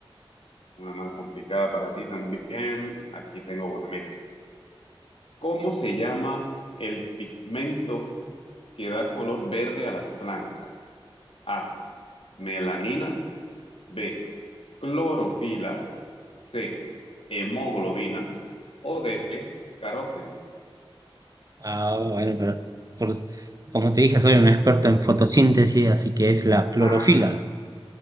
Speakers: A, on the left; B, on the right.
A: una más complicada para ti también. Aquí tengo una. Mira, ¿cómo se llama el pigmento que da color verde a las plantas? A, melanina, B, clorofila, C, hemoglobina o D, caróteno.
B: Ah, bueno, pero por- como te dije, soy un experto en fotosíntesis, así que es la clorofila.
A: Ah,